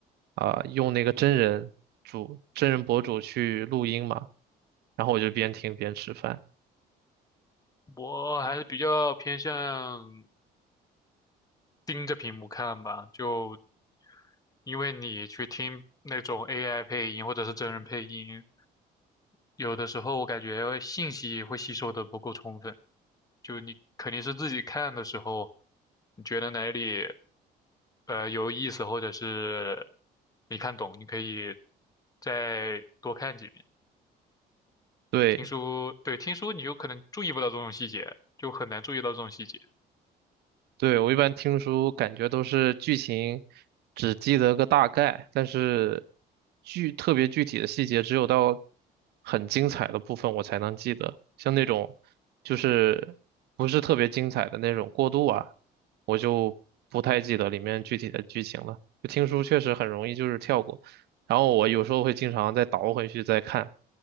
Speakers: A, on the right (about 75°); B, on the left (about 20°).
A: 啊、用那个真人主真人博主去录音嘛，然后我就边听边吃饭。
B: 我还是比较偏向盯着屏幕看吧，就因为你去听那种 AI 配音或者是真人配音，有的时候我感觉信息会吸收的不够充分，就你肯定是自己看的时候，你觉得哪里。呃有意思，或者是没看懂，你可以再多看几遍。
A: 对，
B: 听书，对，听书你有可能注意不到这种细节，就很难注意到这种细节。
A: 对，我一般听书感觉都是剧情只记得个大概，但是具特别具体的细节只有到很精彩的部分我才能记得。像那种就是不是特别精彩的那种过渡啊，我就不太记得里面具体的剧情了。就听书确实很容易就是跳过，然后我有时候会经常再倒回去再看，